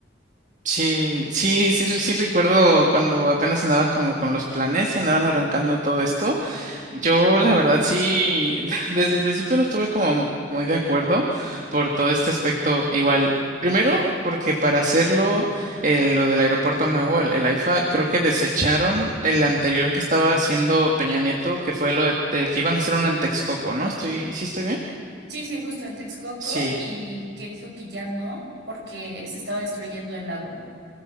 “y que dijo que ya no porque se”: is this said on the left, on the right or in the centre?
Right